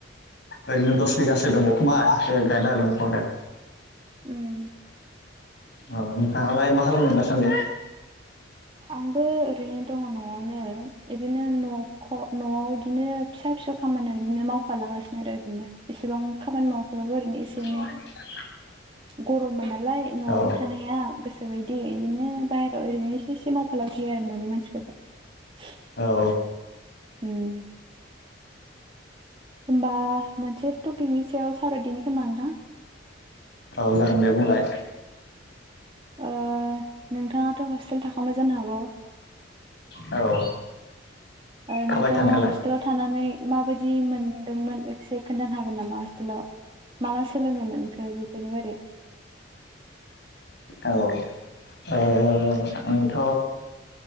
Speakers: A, on the left; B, on the right.
A: ओरैनो दस बिगासो दंबावखोमा खो गायना होलांबावगौ आरो
B: उम
A: औ नोंथाङालाय मा खालामो दासान्दि?
B: आंबो ओरैनो दङ न'वावनो इदिनो न'ख न'वाव इदिनो फिसा फि सौ खामानियाव इदिनो मावफालागासिनो आरो ओरैनो एसेबां खामानि मावाखैबाबो ओरैनो एसे
A: <inaudible>
B: एनै गरममोन नालाय न'वावबो
A: औ
B: थानो हाया गोसोबायदि इदिनो बाहेरायाव ओरैनो एसे एसे मावफालांसै आरो न'नि मानसिफोरजों।
A: औ
B: उम होमबा मोनसे टपिकनि सायाव सावरायदिनि खोमा नोंथां?
A: औ जागोन दे बुंलाय।
B: ओ नोंथाङाथ' हस्टेल थाखांबाय जानो हागौ।
A: औ
B: ओ
A: थाबाय
B: नोंथाङा
A: थानायालाय
B: हस्टेलाव थानानै माबायदि मोनदोंमोन खेबसे खोन्थानो हागोन नामा हस्टेलाव मा मा सोलोंनो मोनखो बि बिनिबादै
A: औ ओ आंथ'